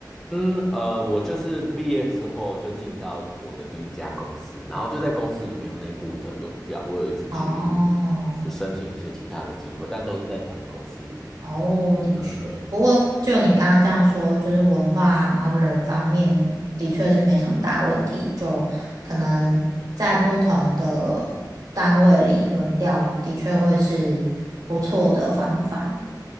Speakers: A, in the centre; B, on the right.
A: 嗯，呃，我就是毕业之后就进到我的第一家公司，然后就在公司里面有内部的轮调，我有一直去
B: 哦，
A: 申请一些其他的机会，但都是在同一个公司里面。
B: 哦，的确，
A: 嗯，
B: 不过就你刚刚这样说，就是文化，然后人方面的确是没什么大问题，就可能在不同的单位里轮调，的确会是不错的方法。